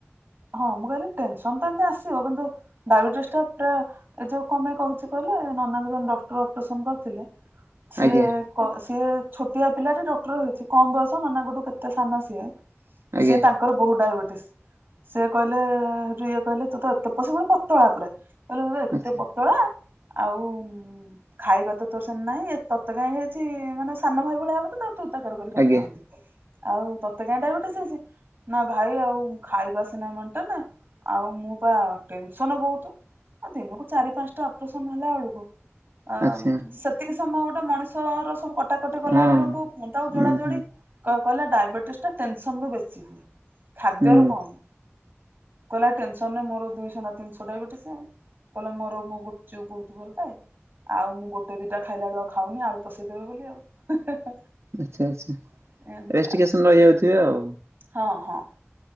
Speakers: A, on the right (about 45°); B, on the right (about 75°).
A: ହଁ ମୁଁ କହିଲି ଟେନସନ ତ ଏମିତି ଆସିବ କିନ୍ତୁ ଡାଇବେଟିସ୍ ଟା ପୁରା ଏ ଯୋଉ କଣ ପାଇଁ କହୁଛେ କହିଲେ ଏ ନନାଙ୍କୁ ଜଣ ଡକ୍ଟର ଅପରେସନ କରିଥିଲେ ସିଏ
B: ଆଜ୍ଞା
A: କ ସିଏ ଛୋଟିଆ ପିଲାଟା ଡକ୍ଟର ହେଇଛି କମ ବୟସ ନନାଙ୍କ ଠୁ କେତେ ସାନ ସିଏ
B: ଆଜ୍ଞା
A: ସି ତାଙ୍କର ବହୁତ ଡାଇବେଟିସ୍ ସିଏ କହିଲେ ଯଉ କହିଲେ ତୁ ତ ଏତେ ପଶ ଗୋଟେ ପତଳା ପୁରା କହିଲେ ତୁ ତ ଏତେ
B: ଆଚ୍ଛା
A: ପତଳା ଆଉ ଖାଇବାତ ତୋର୍ ସେମ୍ତି ନାହିଁ ଏ ତତେ କାହିଁ ହେଇଛି ମାନେ ସାନ ଭାଇ ଭଳିଆ ହବ ତ ତୁ ତା କରି କଥା
B: ଆଜ୍ଞା
A: ହଅନ୍ତି ଆଉ ତତେକାଇଁ ଡାଇଭଟ୍ ଏ ସିଏ ସିଏ ନା ଭାଇ ଆଉ ଖାଇବାସିନାଇ ମେଟେନେ ଆଉ ମୁଁ ପା ଟେନ୍ସନ୍ ବହୁତୁ। ଆଉ ଦିନକୁ ଚାରି ପାସ୍ଟା ଅପରେସନ୍ ହେଲା ବେଳକୁ ଆମ୍
B: ଆଚ୍ଛା
A: ସେତିକି ସମୟ ଗୋଟେ ମଣିଷର ସବୁ କଟାକଟି କଲା
B: ହଁ
A: ବେଳକୁ ତାକୁ
B: ହୁଁ
A: ଯୋଡା ଯୋଡି
B: ହୁଁ।
A: କ କହିଲା ଡାଇବେଟିସ୍ ଟା ଟେନ୍ ସନ୍ ରୁ ବେଶୀ ହୁଏ ଖାଦ୍ୟ
B: ହୁଁ
A: ରୁ କମ୍। କହିଲା ଟେନ୍ ସନ୍ ରେ ମୋର ଦୁଇସହ ନା ତିିନ୍ଶହ ଡାଇବେଟିସି ଆଉ। କହିଲେ ମୋର ମୁଁ ଗୁପ୍ ଚୁପ୍ ବହୁତୁ ଭଲ୍ ପାଏ। ଆଉ ମୁଁ ଗୋଟେ ଦିଟା ଖାଇଲା ବେଳୁ ଆଉ ଖାଉନି ଆଳୁ ପଷେଇଦେବେ ବୋଲି ଆଉ।
B: ଆଚ୍ଛା ଆଚ୍ଛା
A: ଏମିତି
B: ରେଷ୍ଟିକେସନ୍
A: ଆଉ
B: ରହିଯାଉଥିବେ ଆଉ।
A: ହଁ ହଁ।